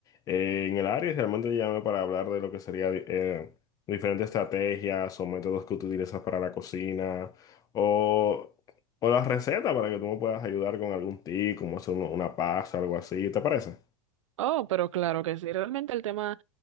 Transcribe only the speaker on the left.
eh, en el área y realmente llamé para hablar de lo que sería eh, diferentes estrategias o métodos que tú utilizas para la cocina o... O las recetas para que tú me puedas ayudar con algún tip, como hacer uno- una pasta o algo así, ¿te parece?